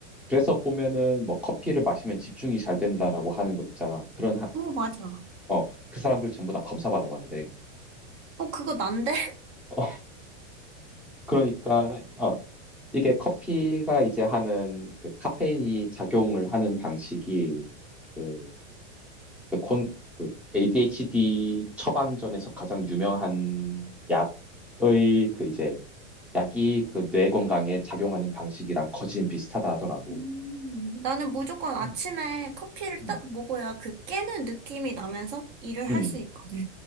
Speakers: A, in the centre; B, on the right.
A: 그래서 보면은 뭐 커피를 마시면 집중이 잘 된다라고 하는 거 있잖아. 그런 한,
B: 어, 맞아.
A: 어, 그 사람들 전부 다 검사 받아봐야 돼.
B: 어, 그거 난데?
A: 어, 그러니까, 어, 이게 커피가 이제 하는 그 카페인이 작용을 하는 방식이 그, 그 콘, 그 ADHD 처방전에서 가장 유명한 약의 그 이제 약이 그 뇌 건강에 작용하는 방식이랑 거진 비슷하다 하더라고.
B: 음, 나는 무조건 아침에
A: 음,
B: 커피를
A: 음,
B: 딱 먹어야 그 깨는 느낌이 나면서 일을
A: 음,
B: 할 수 있거든.